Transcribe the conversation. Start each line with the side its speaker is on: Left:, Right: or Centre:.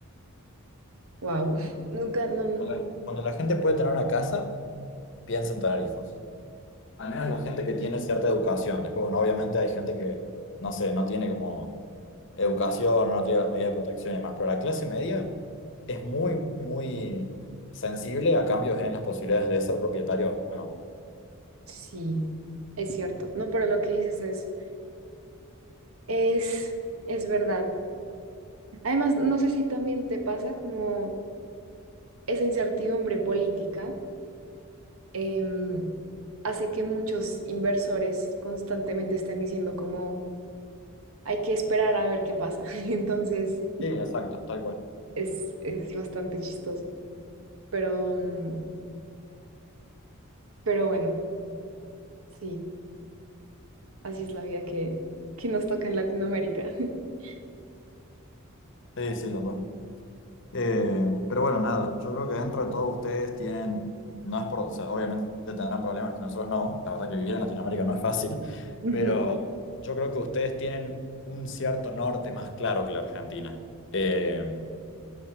Right: Wow, <laughs> nunca, no,
Left: Cuando la cuando la gente puede tener una casa, piensa en tener hijos. Al menos la gente que tiene cierta educación. Después, bueno, obviamente hay gente que, no sé, no tiene como Educación no tiene las medidas de protección y demás, pero la clase media es muy, muy sensible a cambios en las posibilidades de ser propietario o no.
Right: Sí, es cierto. No, pero lo que dices es, es, es verdad. Además, no sé si también te pasa como esa incertidumbre política em, hace que muchos inversores constantemente estén diciendo como hay que esperar a ver qué pasa. <laughs> Y entonces
Left: Sí, exacto, tal cual.
Right: es, es bastante chistoso. Pero, mm, pero bueno, sí, así es la vida que, que nos toca en Latinoamérica. <laughs>
Left: Sí, sí, total. Eh, pero bueno, nada, yo creo que dentro de todo ustedes tienen, no es por, o sea, obviamente tendrán problemas que nosotros no, la verdad que vivir en Latinoamérica no es fácil,
Right: Ujú.
Left: pero yo creo que ustedes tienen un cierto norte más claro que la Argentina. Eh,